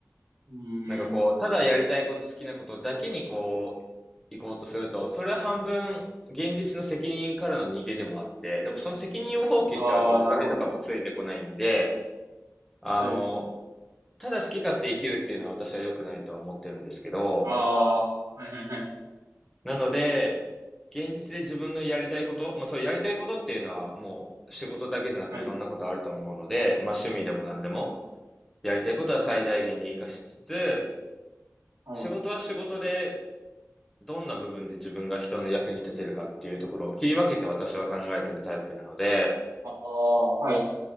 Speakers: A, on the right; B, in the centre.
A: うんうん。
B: なんかこう、ただやりたいこと、好きなことだけにこう、行こうとすると、それは半分、現実の責任からの逃げでもあって、でもその責任を放棄しちゃうとお金とかもついてこないんで、
A: ああ、なるほど。
B: あの、
A: はい。
B: ただ好き勝手生きるっていうのは私は良くないとは思ってるんですけど、
A: ああ、はいはいはい。
B: なので、現実で自分のやりたいこと、まあそうやりたいことっていうのはもう仕事だけじゃなくいろんなことあると思うので、
A: はい。
B: まあ趣味でも何でも、
A: はい。
B: やりたいことは最大限に活かしつつ、
A: はい。はい。
B: 仕事は仕事でどんな部分で自分が人の役に立てるかっていうところを切り分けて私は考えてるタイプなので、
A: ああ、はい。